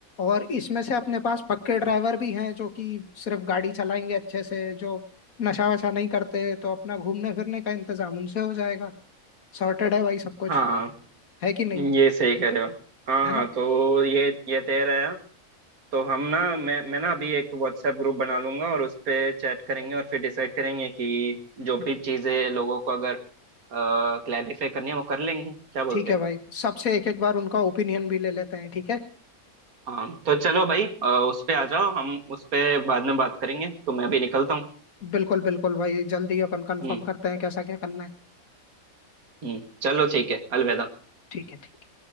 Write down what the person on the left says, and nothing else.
और इसमें से अपने पास पक्के ड्राइवर भी हैं जो कि सिर्फ गाड़ी चलाएंगे अच्छे से जो नशा वशा नहीं करते तो अपना घूमने फिरने का इंतजाम उनसे हो जाएगा सॉर्टेड है भाई सब कुछ
है कि नहीं
है
ना
ठीक है
भाई सबसे एक एक बार उनका ओपिनियन भी ले लेते हैं ठीक है
बिल्कुल बिल्कुल भाई जल्दी अपन कंफर्म
करते हैं कैसा क्या करना है
ठीक है ठीक